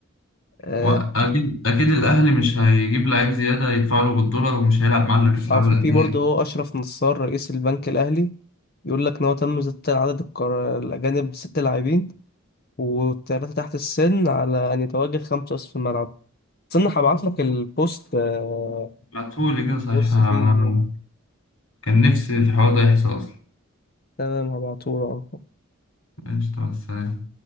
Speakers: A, on the left; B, on the left.
A: آه،
B: وأكيد أكيد الأهلي مش هيجيب لعيب زيادة يدفع له بالدولار ومش هيلعب معاه إلا كأس
A: عارف
B: العالم للأندية
A: في برضه هو أشرف نصار رئيس البنك الأهلي يقول لك إن هو تم زيادة عدد القرار الأجانب ست لاعبين والتلاتة تحت السن على أن يتواجد خمسة أصف في الملعب استنى هبعتلك البوست آه،
B: بعتهولي كده صحيح
A: بص
B: أنا
A: فيه
B: كان نفسي الحوار ده يحصل أصلا
A: تمام هبعتهولك
B: قشطة، مع السلامة.